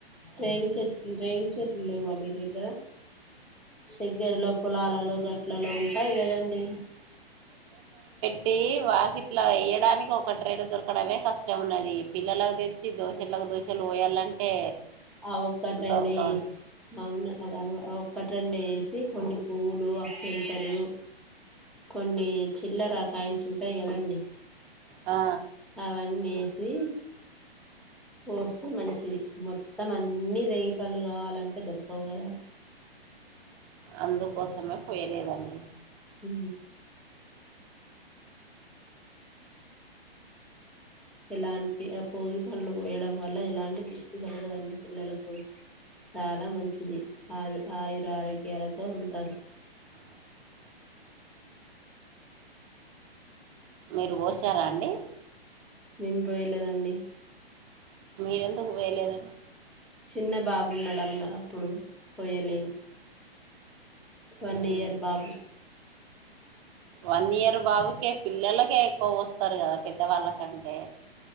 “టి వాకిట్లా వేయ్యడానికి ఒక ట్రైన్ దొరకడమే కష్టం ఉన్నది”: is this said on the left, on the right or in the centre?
Right